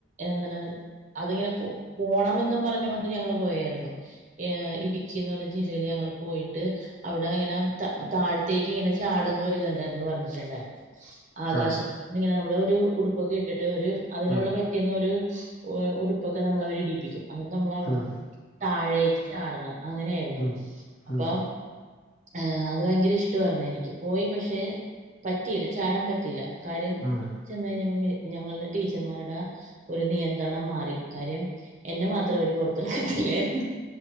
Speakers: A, on the right (about 40°); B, on the left (about 60°).
A: എന്താണ് അതിങ്ങനെ പൊ പോണമെന്നും പറഞ്ഞുകൊണ്ട് ഞങ്ങൾ പോയായിരുന്നു ഹ് ഇടുകി ക്കി പറഞ്ഞ ജില്ലയിൽ ഞങ്ങള് പോയിട്ട് അവിടെ ഇങ്ങനെ ത താഴത്തേക്ക് ഇങ്ങനെ ചാടുന്നു ഒരിത് ഇതുണ്ടാ പറഞ്ഞിട്ടുണ്ടായിരുന്നു ആകാശത്തി
B: ആഹ്
A: ഇങ്ങനെ നമ്മള ഒരു ഉടുപ്പൊക്കെ ഇട്ടിട്ട് ഒരു അതിനുള്ള
B: ഉം
A: പറ്റ റ്റുന്നൊരു ഹ് ഉടുപ്പൊക്കെ നമ്മളെ അവരിടിപ്പിക്കും അങ്ങനെ നമ്മളവിട
B: ഉം
A: താഴേക്ക് ചാടണം അങ്ങനെയായിരുന്നു
B: ഉം
A: അപ്പം
B: ഉം
A: ആ അത് ഭയങ്കര ഇഷ്ടായിരുന്നു എനിക്ക് പോയി പക്ഷെ പറ്റിയില്ല ചാടാൻ പറ്റിയില്ല കാര്യം
B: ഉം
A: ചെന്ന കഴിഞ്ഞപ്പോ ഞങ്ങളുടെ ടീച്ചർമാരുടെ ഒരു നിയന്ത്രണം മാറി കാര്യം എന്നെ മാത്രം അവര് പുറത്തിറക്കത്തില്ലായിരുന്നു